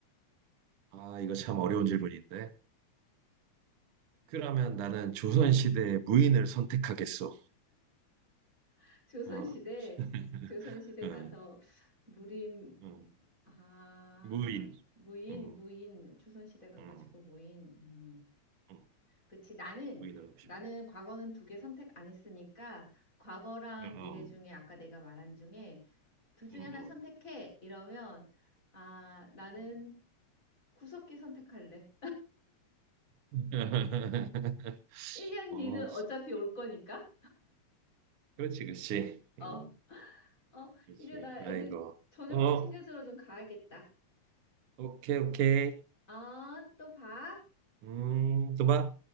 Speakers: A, on the right (about 80°); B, on the left (about 25°).
A: 아, 이거 참 어려운 질문인데. 그러면 나는 조선시대의 무인을 선택하겠어.
B: <laughs> 조선시대,
A: 어, <laughs>
B: 조선시대
A: 응,
B: 가서 무림,
A: 응.
B: 아,
A: 무인.
B: 무인,
A: 응,
B: 무인, 조선시대 가가지고
A: 응,
B: 무인. 음.
A: 응.
B: 그치. 나는,
A: 무인을 하고
B: 나는
A: 싶어.
B: 과거는 두 개 선택 안 했으니까 과거랑
A: 응,
B: 미래
A: 응,
B: 중에 아까 내가 말한 중에 둘 중에
A: 응,
B: 하나 선택해. 이러면, 아, 나는
A: 응. 응.
B: 구석기 선택할래.
A: <laughs>
B: 1년
A: 어,
B: 뒤는 어차피 올 거니까.
A: 그렇지, 그렇지.
B: 어,
A: 응.
B: 어,
A: 그렇지.
B: 이제 나 애들
A: 아이고.
B: 저녁도
A: 어,
B: 챙겨주러 좀 가야겠다.
A: 오케이 오케이
B: 아, 또 봐.
A: 음 뭐야